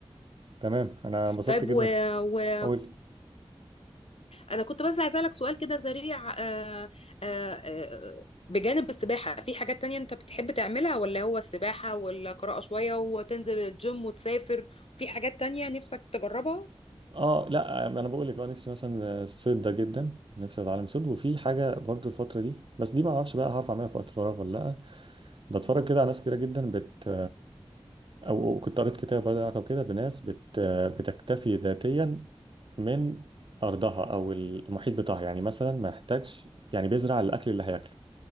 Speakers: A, on the right; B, on the left.
A: تمام انا انبسطت
B: طيب
A: جدا
B: و... و...
A: اول
B: انا كنت بس عايزه اسالك سؤال كده سريع آه، آه، آه، بجانب السباحه في حاجات تانية انت بتحب تعملها ولا هو السباحه ولا قراءه شويه وتنزل الجيم وتسافر في حاجات تانية نفسك تجربها
A: اه لا انا بقول لك اه نفسي مثلا الصيد ده جدا نفسي اتعلم صيد وفي حاجه برضو الفتره دي بس دي ما اعرفش بقى هعرف اعملها في وقت فراغ ولا لا بتفرج كده على ناس كتيره جدا بت او كنت قريت كتاب برضه له علاقه بكده بناس بت بتكتفي ذاتيا من ارضها او المحيط بتاعها يعني مثلا ما يحتاجش يعني بيزرع الاكل اللي هياكله